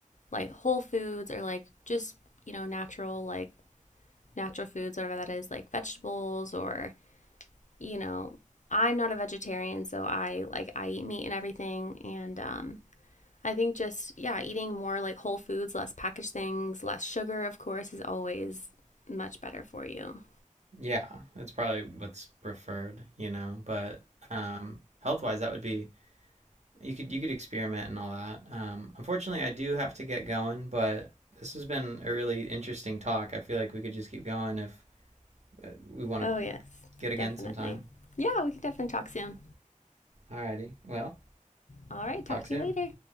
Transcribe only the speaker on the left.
like whole foods or like just, you know, natural like natural foods whatever that is, like vegetables or you know, I'm not a vegetarian, so I like I eat meat and everything and um I think just yeah, eating more like whole foods, less packaged things, less sugar, of course, is always much better for you.
Oh
yes,
definitely.
Yeah, we can definitely talk soon.
All right, talk
to
you later.